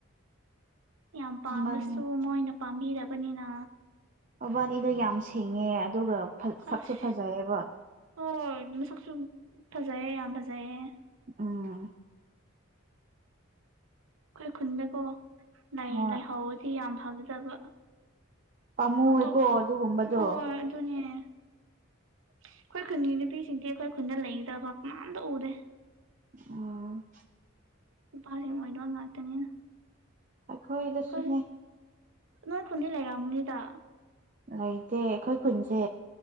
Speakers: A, on the right; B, on the right.
A: ꯌꯥꯝ ꯄꯥꯝꯕꯁꯨ
B: ꯃꯕꯥꯅꯤ
A: ꯃꯣꯏꯅ ꯄꯥꯝꯕꯤꯔꯕꯅꯤꯅ
B: ꯕꯥꯅꯤꯗꯣ ꯌꯥꯝ ꯁꯦꯡꯉꯦ ꯑꯗꯨꯒ
A: ꯑꯁ
B: ꯁꯛꯁꯨ ꯐꯖꯩꯑꯕ
A: ꯍꯣꯏ ꯃꯁꯛꯁꯨ ꯐꯖꯩꯌꯦ ꯌꯥꯝ ꯐꯖꯩꯌꯦ
B: ꯎꯝ
A: ꯑꯩꯈꯣꯏ ꯈꯨꯟꯗꯀꯣ ꯂꯩꯥꯏꯍꯥꯎꯗꯤ
B: ꯍꯣꯏ
A: ꯌꯥꯝ ꯐꯒꯗꯕ
B: ꯄꯥꯝꯃꯨꯋꯦꯀꯣ
A: ꯑꯣ
B: ꯑꯗꯨꯒꯨꯝꯕꯗꯣ
A: ꯍꯣꯏ ꯑꯗꯨ ꯑꯗꯨꯅꯤ ꯑꯩꯈꯣꯏ ꯈꯨꯟꯒꯤ ꯅꯨꯄꯤꯁꯤꯡꯗꯤ ꯑꯩꯈꯣꯏ ꯈꯨꯟꯗ ꯂꯩꯗꯕ ꯃꯅꯥꯝꯗ ꯎꯔꯦ
B: ꯑꯣ
A: ꯅꯨꯄꯥꯁꯤꯡ ꯑꯣꯏꯗ ꯉꯥꯛꯇꯅꯤꯅ
B: ꯈꯣꯏꯗꯁꯨꯅꯦ
A: ꯍꯣꯏ ꯅꯣꯏ ꯈꯨꯟꯗꯤ ꯂꯩꯔꯑꯕꯅꯤꯗ
B: ꯂꯩꯇꯦ ꯑꯩꯈꯣꯏ ꯈꯨꯟꯁꯦ